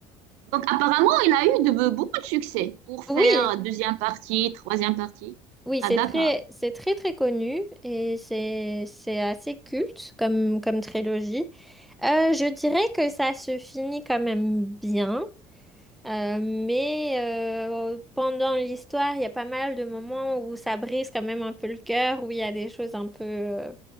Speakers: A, on the right; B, in the centre.
A: Donc, apparemment, il a eu de, beaucoup de succès pour faire
B: oui,
A: deuxième partie, troisième partie.
B: Oui,
A: Ah,
B: c'est
A: d'accord.
B: très, c'est très très connu et c'est c'est assez culte comme comme trilogie. Euh, je dirais que ça se finit quand même bien, euh, mais euh, pendant l'histoire, il y a pas mal de moments où ça brise quand même un peu le cœur, où il y a des choses un peu euh,